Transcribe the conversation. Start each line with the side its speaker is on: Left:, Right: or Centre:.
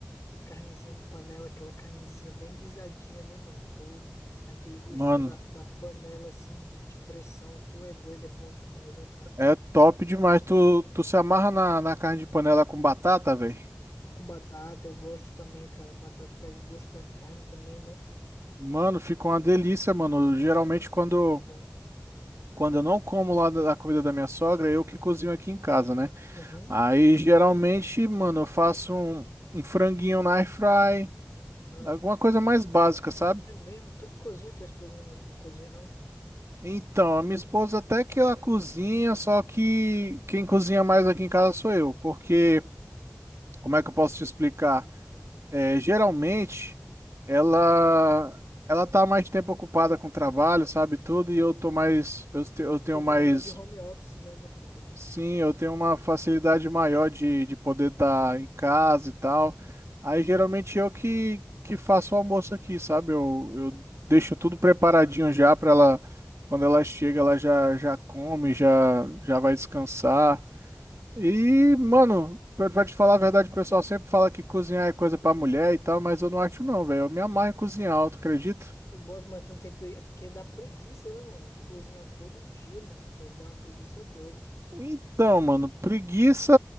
Left: de carnezinha de panela, aquela carnezinha bem guisadinha, né, mano? Pô, aquele gostinho
Right: mano.
Left: da, da panela, assim, de, de pressão, tu é doido, é bom demais, ó, carne.
Right: É top demais. Tu, tu se amarra na, na carne de panela com batata, velho?
Left: Com batata, eu gosto também, cara, batata pega o gosto da carne também, né?
Right: Mano, fica uma delícia, mano.
Left: É muito
Right: Geralmente,
Left: bom,
Right: quando,
Left: mano, muito bom.
Right: quando eu não como lá da, da comida da minha sogra, eu que cozinho aqui em casa, né?
Left: Uhum.
Right: Aí, geralmente, mano, eu faço um, um franguinho na air fry,
Left: Ah.
Right: alguma coisa mais básica, sabe?
Left: É mesmo, tu que cozinha, tua esposa não, não cozinha, não?
Right: Então, a minha esposa até que ela cozinha, só que quem cozinha mais aqui em casa sou eu, porque, como é que eu posso te explicar? É, geralmente ela ela tá mais tempo ocupada com trabalho, sabe tudo, e eu tô mais eu, te- eu tenho
Left: Tu
Right: mais
Left: trabalha de home office, né? Verdade,
Right: sim,
Left: tinha esquecido.
Right: eu tenho uma facilidade maior de, de poder estar em casa e tal. Aí geralmente eu que que faço o almoço aqui, sabe? Eu, eu deixo tudo preparadinho já para ela quando ela chega, ela já já come, já já vai descansar. E, mano, pra pra te falar a verdade, o pessoal sempre fala que cozinhar é coisa pra mulher e tal, mas eu não acho não, velho. Eu me amarro em cozinhar, tu acredita?
Left: Tu bota, mas tu não tem pre... É porque dá preguiça, né, mano? De cozinhar todo dia, mano. Deve dar uma preguiça doida.
Right: Então, mano, preguiça